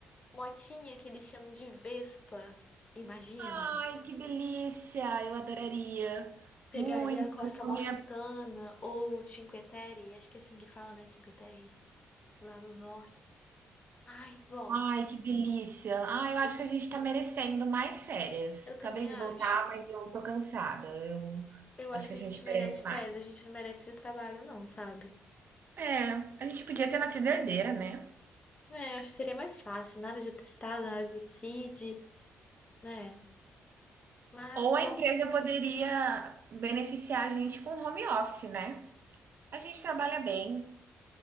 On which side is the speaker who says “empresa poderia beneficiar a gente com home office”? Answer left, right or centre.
Right